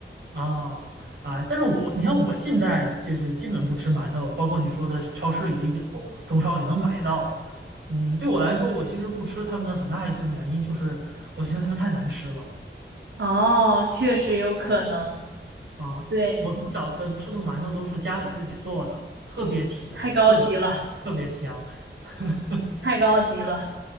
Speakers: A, on the right (about 65°); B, on the right (about 80°).
A: 啊啊！但是我，你像我现在就是基本不吃馒头，包括你说的超市也有，中超也能买到。嗯，对我来说，我其实不吃他们的很大一部分原因就是我觉得他们太难吃了
B: 哦，确实有可能，
A: 啊！
B: 对，
A: 我从小的吃的馒头都是家里自己做的，特别甜，
B: 太高级了，
A: 特特别香。<laughs>
B: 太高级了。